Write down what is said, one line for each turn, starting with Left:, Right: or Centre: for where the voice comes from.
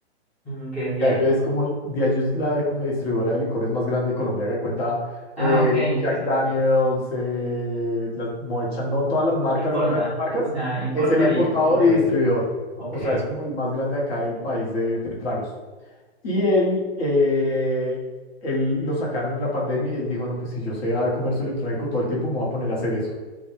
Centre: mm, que es diario.
Left: Diageo es como, Diageo es la, como la distribuidora de licores más grande de Colombia que cuenta
Centre: Ah,
Left: eh,
Centre: ok, sí,
Left: Jack
Centre: sí.
Left: Daniels,
Centre: sí.
Left: eh, las Moët Chandon, todas las marcas,
Centre: Importa,
Left: grandes marcas.
Centre: o sea, importa
Left: Es el importador
Centre: y distribuye.
Left: y distribuidor.
Centre: Ok.
Left: O sea, es como el más grande acá del país de, de tragos. Y él, eh, él lo sacaron en la pandemia y él dijo, no, pues si yo sé de comercio electrónico todo el tiempo me voy a poner a hacer eso.